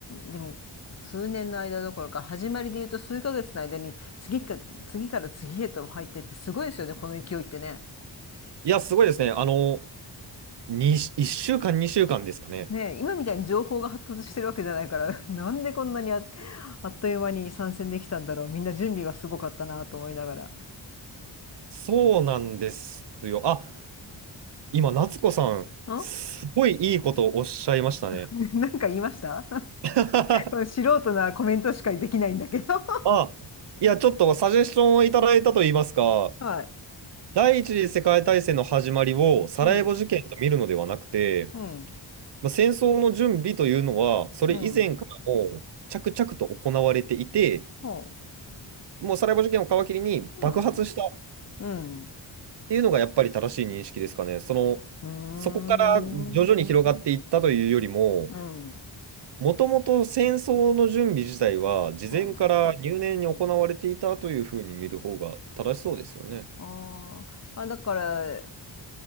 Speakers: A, on the left; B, on the right.
A: でも数年の間どころか始まりで言うと数ヶ月の間に次か、次から次へと入ってってすごいですよね、この勢いってね。
B: いや、すごいですね。あの、に、1週間、2週間ですかね。
A: ねえ、今みたいに情報が発達してるわけじゃないから <laughs> なんでこんなにあ、あっという間に参戦できたんだろうみんな準備はすごかったなと思いながら
B: そうなんですよ。あ、今、夏子さん、
A: ん
B: すごいいいことをおっしゃいましたね。
A: <laughs> なんか言いました
B: <laughs>
A: <laughs> これ素人なコメントしかできないんだけど <laughs>
B: あ、いや、ちょっとサジェスションをいただいたといいますか、
A: はい
B: 第一次世界大戦の始まりをサラエボ事件と見るのではなくて、
A: うんうん
B: まあ、戦争の準備というのは、それ以前からもう着々と行われていて、
A: うんほ
B: もうサラエボ事件を皮切りに爆発したっ
A: ううんうん
B: ていうのがやっぱり正しい認識ですかね。その、
A: うんうーん
B: そこから徐々に広がっていったというよりも、
A: うん
B: もともと戦争の準備自体は事前から入念に行われていたというふうに見る方が正しそうですよね。
A: うんああまあだから